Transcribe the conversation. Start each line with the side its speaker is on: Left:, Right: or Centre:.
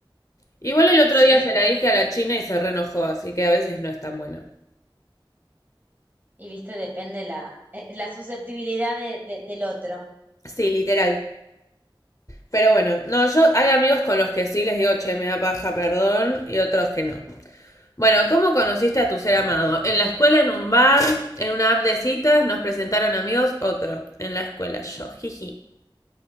Left: Igual el otro
Right: Sí,
Left: día se la dije a la China y se reenojó, así que a veces no es tan bueno.
Right: y viste, depende la, eh, la susceptibilidad de- de- del otro.
Left: Sí, literal. Pero bueno, no, yo hay amigos con los que sí les digo, che, me da paja, perdón, y otros que no. Bueno, ¿cómo conociste a tu ser amado? En la escuela, en un bar, en una app de citas, nos presentaron amigos, otro. En la escuela, yo, jiji.